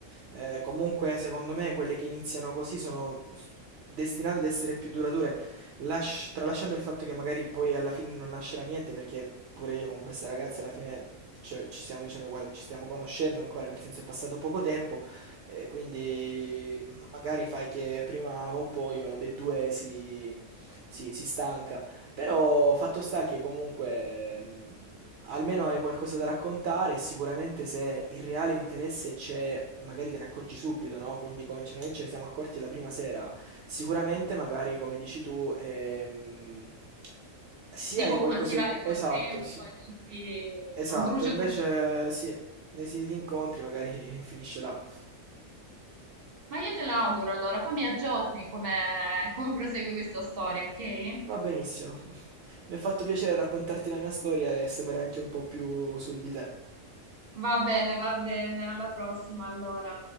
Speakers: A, on the right; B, on the right.
A: eh, comunque secondo me quelle che iniziano così sono s- destinate ad essere più durature, lasci- tralasciando il fatto che magari poi alla fine non nascerà niente, perché pure io con queste ragazze alla fine ci, ci stiamo dicendo, guarda, ci stiamo conoscendo ancora, nel senso è passato poco tempo, eh, quindi magari fai che prima o poi uno dei due si si- si stanca. Però fatto sta che comunque mh, almeno hai qualcosa da raccontare e sicuramente se il reale interesse c'è, magari te ne accorgi subito, no? Quindi come ce- noi ce ne siamo accorti la prima sera, sicuramente magari come dici tu, ehm, sì
B: Si
A: hai
B: può
A: qualcosa
B: coltivare
A: di più...
B: col
A: Esatto,
B: tempo
A: sì.
B: e non, si,
A: Esatto,
B: non brucia
A: invece
B: tutto subito.
A: sì, nei siti di incontri magari <laughs> finisce là.
B: Ma io te lo auguro allora, poi mi aggiorni come, come prosegue questa storia, ok?
A: Va benissimo. <laughs> Mi ha fatto piacere raccontarti la mia storia e sapere anche un po' più su di te.
B: Va bene, va bene, alla prossima allora.